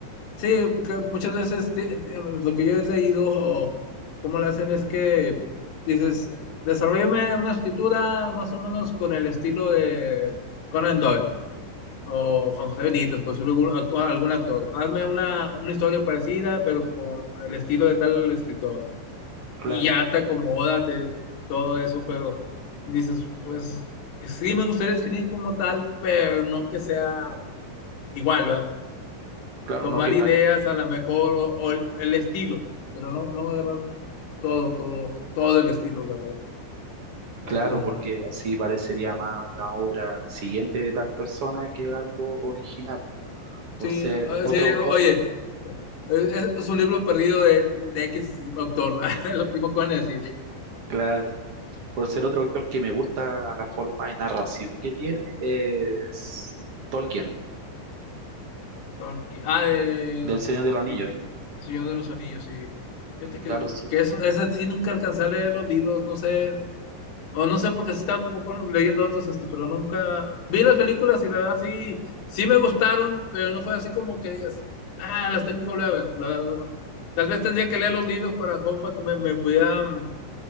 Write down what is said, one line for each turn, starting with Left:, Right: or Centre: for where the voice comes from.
Left: Sí, porque muchas veces ti- ti- lo que yo he leído o cómo lo hacen es que dices, desarrollame una escritura más o menos con el estilo de Conan Doyle o Juan José Benítez, por decirlo algún, algún actor. Hazme una, una historia parecida, pero con el estilo de tal escritor.
Right: Claro,
Left: Y ya te acomoda te- todo eso, pero dices, pues que sí me gustaría escribir como tal, pero no que sea igual, ¿verdad?
Right: claro,
Left: tomar
Right: no que
Left: ideas
Right: pare-
Left: a lo mejor o, o el, el, estilo, pero no, no agarrar todo, todo, todo el estilo, la verdad. Fíjate
Right: claro,
Left: nada
Right: porque
Left: más.
Right: así parecería más una obra siguiente de tal persona que algo original. Por
Left: Sí,
Right: ser
Left: o-
Right: otro,
Left: sí o-
Right: ot-
Left: oye, es, es un libro perdido de, de, X autor, ¿verdad? <laughs> Es lo primero que van a decir.
Right: claro, por ser otro autor que me gusta la forma de narración que tiene, es Tolkien.
Left: Tolkien. Ah, de
Right: del
Left: los,
Right: Señor del
Left: los
Right: Anillo.
Left: anillos, Señor de los Anillos, sí. Fíjate
Right: Claro,
Left: que,
Right: sí.
Left: que eso, ese sí nunca alcancé a leer los libros, no sé, O no sé, porque se estaba un poco leyendo otros, este, pero nunca vi las películas y la verdad sí, sí me gustaron, pero no fue así como que digas, ah, las tengo que volver a ver. La verdad, no. Tal vez tendría que leer los libros para, jo- para que me, me pudieran